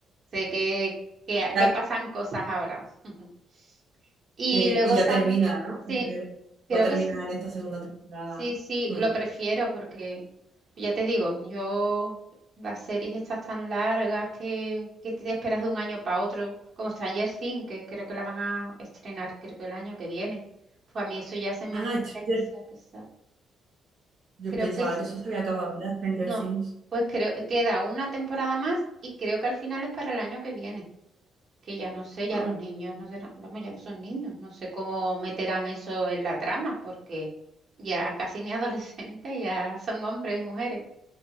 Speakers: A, on the right; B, on the right.
A: sé que, que,
B: Y ya,
A: que pasan cosas ahora. <laughs> Y
B: sí,
A: luego
B: y ya
A: también,
B: termina, ¿no?
A: sí,
B: Creo.
A: creo
B: Va a terminar
A: que sí,
B: en esta segunda temporada.
A: sí, sí,
B: Mm.
A: lo prefiero porque, ya te digo, yo, las series estas tan largas que, que te esperas de un año para otro, como Stranger Things, que creo que la van a estrenar, creo que el año que viene, pues a mí eso ya se me
B: Ah,
A: hace
B: Stranger.
A: demasiado pesado.
B: Yo
A: Creo
B: pensaba
A: que es,
B: que eso se había acabado ya, Stranger
A: no,
B: Things.
A: pues creo queda una temporada más y creo que al final es para el año que viene, que ya no sé, ya
B: Ah.
A: los niños no serán, vamos, ya no son niños, no sé cómo meterán eso en la trama porque ya casi ni <laughs> adolescentes, ya son hombres y mujeres,